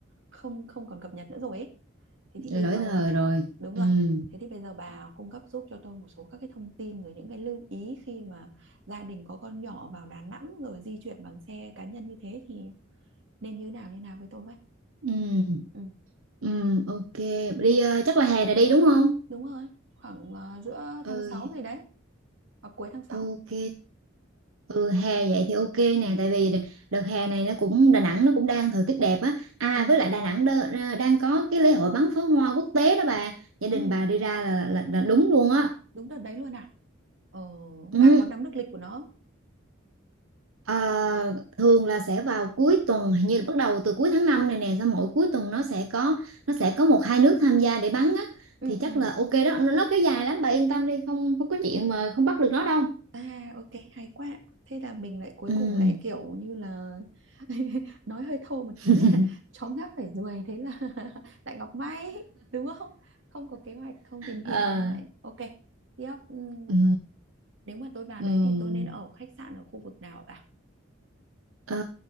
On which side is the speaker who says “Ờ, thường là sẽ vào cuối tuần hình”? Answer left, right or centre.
Right